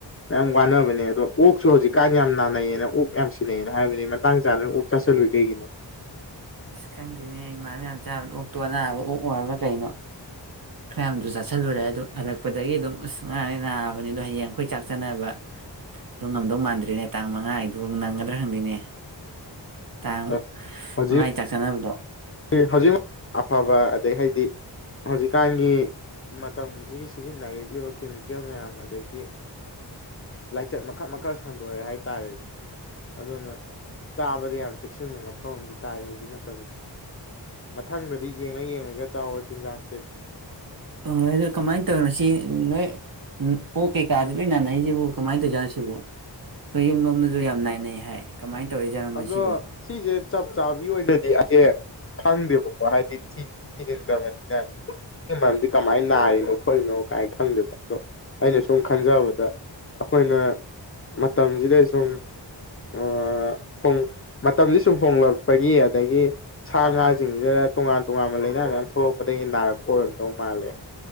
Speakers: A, on the left; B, on the right.
A: ꯃꯌꯥꯝ ꯋꯥꯅꯕꯅꯦ ꯑꯗꯣ ꯑꯣꯛꯁꯨ ꯍꯧꯖꯤꯛꯀꯥꯟ ꯌꯥꯝ ꯅꯥꯅꯩꯌꯦꯅ ꯑꯣꯛ ꯌꯥꯝ ꯁꯤꯅꯩꯑꯦꯅ ꯍꯥꯏꯕꯅꯤ ꯃꯇꯥꯡ ꯆꯥꯗꯅ ꯑꯣꯛ ꯆꯥꯁꯤꯜꯂꯨꯏ ꯀꯩꯒꯤꯅꯣ
B: ꯑꯁ ꯈꯪꯗꯦꯅꯦ ꯏꯃꯥꯅꯕ ꯃꯌꯥꯝ ꯆꯥꯕꯗ ꯑꯣꯛꯇꯣ ꯑꯅꯥꯕ ꯑꯣꯛ ꯑꯣꯏꯔꯕ ꯀꯩꯅꯣ ꯈꯔꯌꯥꯝꯁꯨ ꯆꯥꯁꯤꯜꯂꯨꯔꯦ ꯑꯗꯨ ꯍꯜꯂꯛꯄꯗꯒꯤ ꯑꯗꯨꯝ ꯑꯁ ꯉꯔꯥꯡꯗꯩ ꯅꯥꯕꯅꯦ ꯑꯗꯣ ꯍꯌꯦꯡ ꯑꯩꯈꯣꯏ ꯆꯥꯛ ꯆꯅꯕꯗꯣ ꯉꯝꯗꯧ ꯃꯥꯟꯗ꯭ꯔꯦꯅꯦ ꯇꯥꯡ ꯃꯉꯥ ꯍꯥꯏꯗꯣ ꯅꯪꯒꯗ꯭ꯔꯥ ꯈꯪꯗꯦꯅꯦ ꯇꯥꯡ
A: ꯑꯁ ꯍꯧꯖꯤꯛ
B: ꯃꯉꯥꯥꯏ ꯆꯥꯛ ꯆꯠꯅꯕꯗꯣ
A: ꯍꯧꯖꯤꯛ ꯑꯐꯕ ꯑꯗꯩ ꯍꯥꯏꯗꯤ ꯍꯧꯖꯤꯛꯀꯥꯟꯒꯤ ꯃꯇꯝꯁꯤꯒꯤ ꯁꯤꯖꯤꯟꯅꯔꯛꯂꯤꯕ ꯀꯦꯃꯤꯀꯦꯜ ꯃꯌꯥꯝ ꯑꯗꯒꯤ ꯂꯥꯏꯆꯠ ꯃꯈꯜ ꯃꯈꯜ ꯁꯟꯗꯣꯔꯛꯑꯦ ꯍꯥꯏꯇꯥꯔꯦ ꯑꯗꯨꯅ ꯆꯥꯕꯗ ꯌꯥꯝ ꯆꯦꯛꯁꯤꯟꯕ ꯃꯊꯧ ꯑꯃꯗꯤ ꯇꯥꯏ ꯍꯧꯖꯤꯛ ꯃꯇꯝꯁꯦ ꯃꯊꯪꯗꯗꯤ ꯌꯦꯡꯉ ꯌꯦꯡꯉꯒ ꯆꯥꯑꯣ ꯆꯤꯟꯖꯥꯥꯛꯁꯦ
B: ꯍꯣꯏ ꯑꯗꯣ ꯀꯃꯥꯏꯅ ꯇꯧꯔꯤꯅꯣ ꯁꯤ ꯅꯣꯏ ꯑꯣꯛ ꯀꯩꯀꯥꯗ ꯂꯣꯏ ꯅꯥꯅꯩꯁꯤꯕꯨ ꯀꯃꯥꯏꯅ ꯇꯧꯔꯤꯖꯥꯠꯅꯣ ꯁꯤꯕꯨ ꯑꯩꯈꯣꯏ ꯌꯨꯝ ꯂꯣꯝꯗꯁꯨ ꯌꯥꯝ ꯅꯥꯅꯩ ꯍꯥꯏ ꯀꯃꯥꯏꯅ ꯇꯧꯔꯤꯖꯥꯠꯅꯣ ꯃꯁꯤꯕꯣ
A: ꯑꯗꯣ ꯁꯤꯁꯦ ꯆꯞ ꯆꯥꯕꯤ ꯑꯣꯏꯅꯗꯤ ꯑꯩꯁꯦ ꯈꯪꯗꯦꯕꯀꯣ ꯍꯥꯏꯗꯤ ꯊꯤꯖꯤꯟꯗꯕꯅꯤꯅ ꯁꯤꯒꯤ ꯃꯔꯝꯁꯦ ꯀꯃꯥꯏꯅ ꯅꯥꯔꯤꯅꯣ ꯈꯣꯠꯂꯤꯅꯣ ꯀꯥꯏꯅ ꯈꯪꯗꯦꯕ ꯑꯗꯣ ꯑꯩꯅ ꯁꯨꯝ ꯈꯟꯖꯕꯗ ꯑꯩꯈꯣꯏꯅ ꯃꯇꯝꯁꯤꯗ ꯁꯨꯝ ꯑꯥ ꯃꯇꯝꯁ ꯁꯨꯝ ꯍꯣꯡꯂꯛꯄꯒꯤ ꯑꯗꯒꯤ ꯁꯥ ꯉꯥꯁꯤꯡꯁꯤꯅ ꯇꯣꯉꯥꯟ ꯇꯣꯉꯥꯟꯕ ꯂꯥꯏꯅꯥ ꯃꯌꯥꯝ ꯊꯣꯛꯂꯛꯄꯗꯒꯤ ꯅꯥꯔꯛꯄ ꯑꯣꯏꯔꯝꯗꯧ ꯃꯥꯜꯂꯦ